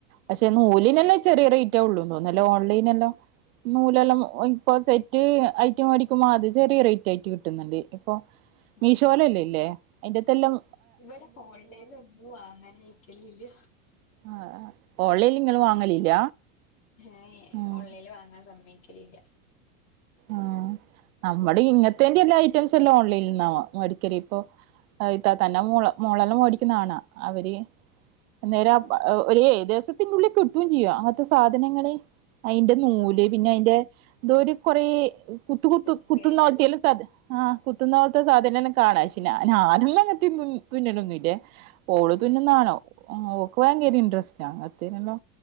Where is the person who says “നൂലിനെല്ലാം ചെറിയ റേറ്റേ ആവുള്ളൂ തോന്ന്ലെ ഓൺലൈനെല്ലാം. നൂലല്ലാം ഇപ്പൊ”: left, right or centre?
Right